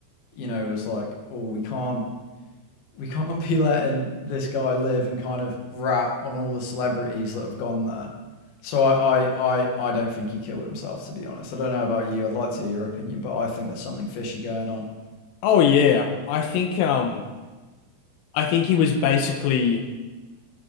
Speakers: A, on the left (about 55°); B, on the left (about 80°).
A: you know, was like, oh, we can't we can't be letting this guy live and kind of rat on all the celebrities that have gone there. So I, I, I, I don't think he killed himself, to be honest. I don't know about you. I'd like to hear your opinion, but I think there's something fishy going on.
B: Oh yeah, I think um, I think he was basically.